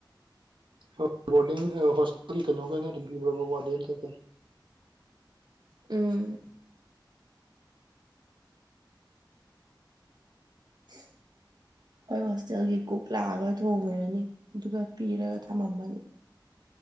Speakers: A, on the right (about 85°); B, on the right (about 60°).
A: ꯍꯣ ꯕꯣꯔꯗꯤꯡ ꯍꯣ ꯍꯣꯁꯇꯦꯜ ꯀꯩꯅꯣꯒꯩꯅ ꯑꯗꯨꯝ ꯄꯤꯕ꯭ꯔꯥꯕ ꯋꯥꯔꯗꯦꯟ ꯀꯩꯀꯩ
B: ꯎꯝ <unintelligible> ꯑꯩꯈꯣꯏ ꯍꯣꯁꯇꯦꯜꯒꯤ ꯀꯨꯛ ꯂꯥꯛꯑꯒ ꯊꯣꯡꯉꯔꯅꯤ ꯑꯗꯨꯒ ꯄꯤꯔꯒ ꯊꯝꯃꯝꯃꯅꯤ